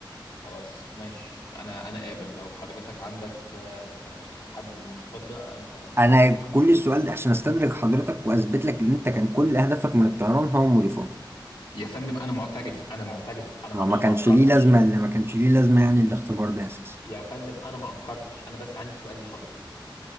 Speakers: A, on the left; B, on the right.
A: خلاص ماشي انا انا قابل لو حضرتك عندك آه، يعني حد بالمواصفات ده انا تمام
B: أنا
A: انا شاكر
B: كل السؤال ده عشان أستدرك حضرتك وأثبت لك إن أنت كان كل هدفك من الطيران هو مضيفات
A: يا فندم انا معترف انا معترف انا
B: هو
A: ما انا
B: ما كانش
A: ما انكرتش
B: ليه لازمة اللي ما كانش ليه لازمة يعني الاختبار ده أساسا
A: يا فندم انا ما انكرتش انا بس عندي سؤال لحضرتك